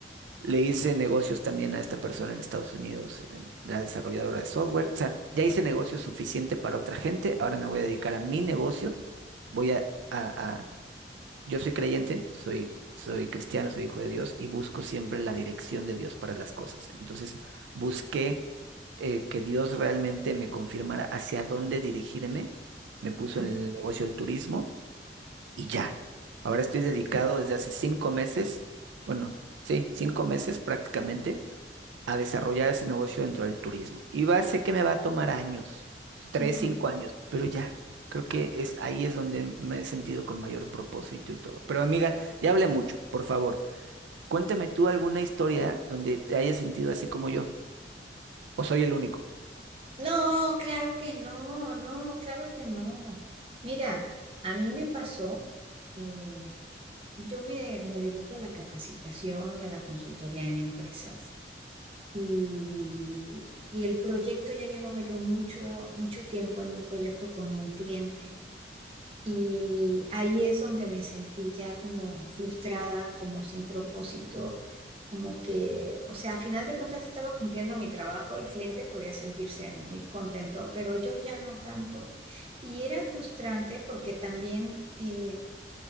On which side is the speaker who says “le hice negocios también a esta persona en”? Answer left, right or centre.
Right